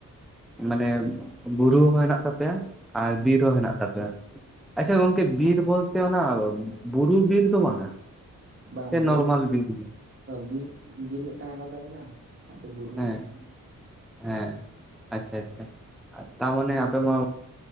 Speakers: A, in the centre; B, on the right.
A: ᱢᱟᱱᱮ ᱵᱩᱨᱩ ᱦᱚᱸ ᱦᱮᱱᱟᱜ ᱛᱟᱯᱮᱭᱟ ᱟᱨ ᱵᱤᱨ ᱦᱚᱸ ᱦᱮᱱᱟᱜ ᱛᱟᱯᱮᱭᱟ ᱟᱪᱪᱷᱟ ᱜᱚᱝᱠᱮ ᱵᱤᱨ ᱵᱚᱞᱛᱮ ᱚᱱᱟ ᱵᱩᱨᱩ ᱵᱤᱨ ᱫᱚ ᱵᱟᱝᱟ
B: ᱵᱟᱝ
A: ᱥᱮ ᱱᱚᱨᱢᱟᱞ
B: ᱵᱩᱨᱩ
A: ᱵᱤᱨ
B: ᱵᱤᱨ ᱵᱤᱨ ᱢᱤᱫᱴᱟᱝ ᱟᱞᱟᱫᱟ ᱢᱮᱱᱟᱜᱼᱟ ᱟᱨ ᱵᱩᱨᱩ
A: ᱦᱮᱸ
B: ᱢᱤᱫᱴᱮᱱ
A: ᱦᱮᱸ ᱟᱪᱪᱷᱟ ᱟᱪᱪᱷᱟ ᱟᱨ ᱛᱟᱨ ᱢᱟᱱᱮ ᱟᱯᱮ ᱢᱟ